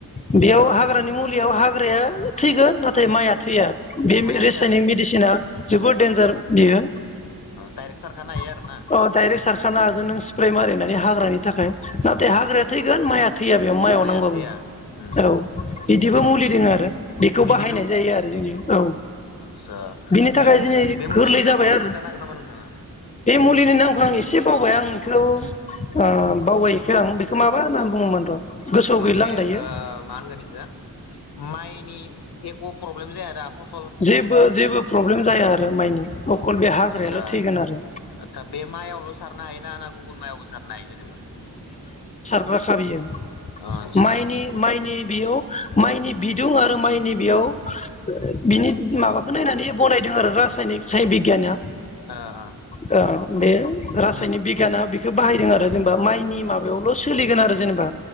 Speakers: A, on the left; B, on the left.
A: बेयाव हाग हाग्रानि मुलियाव हाग्राया थैगोन नाथाय माइआ थैया बे
B: माइआ
A: रेसायनिक
B: थैया ओ
A: मेडिसिना जोबोद देनजार बियो।
B: दायरेक सारखा नो हायो। आरो
A: अ
B: ना
A: दडाइरेक्ट सारखानो हागोन नों स्प्रे मारिनानै हाग्रानि थाखाय नाथाय
B: ओ
A: हाग्राया थैगोन माइआ थैया बेयाव माइआव
B: माइआ
A: नांगबाबो
B: थैया उम
A: औ। बिदिबो मुलि दङो आरो बेखौ
B: बिदिबो
A: बाहायनाय जायो आरो जोंनि औ
B: आदसा
A: बिनि
B: बे
A: थाखाय दिनै
B: बे मुलिनि
A: गोरलै
B: नामखौ
A: जाबाय आरो
B: खोन्थानो हागोन नामा नोंथाङा?
A: बे मुलिनि नामखौ आं एसे बावबाय आं बेखौखौ बावबाय बेखौ आं माबा होननानै बुङोमोन र गोसोआव
B: माने
A: गैला आं दायो।
B: ओ मा होनगोन इखो माइनि <unintelligible>
A: जेबो जेबो प्रब्लेम जाया। आरो माइनि अखल बे हाग्रायाल'
B: आतसा आतसा
A: थैगोन आरो
B: बे मायावल सारनो हा ना गुबुन मायावबो सार नायो जेनेबा
A: राखा बियो
B: आदसा
A: माइनि माइनि बेयाव माइनि बिदुं आरो माइनि बेयाव बिनि माबाखौ नायनानै बनायदों आरो रासायनिक बिगियानआ
B: ओ ओ
A: ओ बे रासायनिक
B: उम
A: बिगियाना बेखौ बाहायदों आरो जेनेबा माइनि माबायावल सोलिगोन आरो जेनेबा